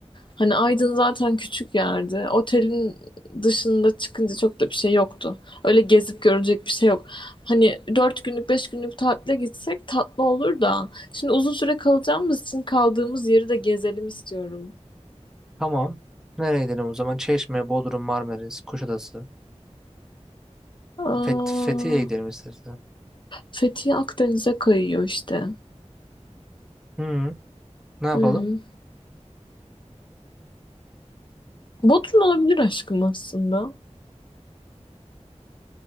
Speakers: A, on the left; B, in the centre.
A: Hani Aydın zaten küçük yerdi. Otelin dışında çıkınca çok da bir şey yoktu. Öyle gezip görecek bir şey yok. Hani dört günlük beş günlük tatile gitsek tatlı olur da. Şimdi uzun süre kalacağımız için kaldığımız yeri de gezelim istiyorum.
B: tamam. Nereye gidelim o zaman? Çeşme, Bodrum, Marmaris, Kuşadası.
A: Aa,
B: Fet Fethiye'ye gidelim istersen.
A: Fethiye Akdeniz'e kayıyor işte.
B: Hı, ne yapalım?
A: Hmm. Bodrum olabilir aşkım aslında.